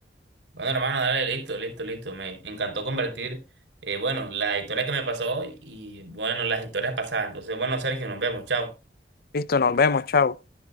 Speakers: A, on the right; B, on the left.
A: Bueno, hermano, dale, listo, listo, listo. Me encantó convertir, eh, bueno, la historia que me pasó y bueno, las historias pasadas. Entonces, bueno, Sergio, nos vemos, chao.
B: Listo, nos vemos, chao.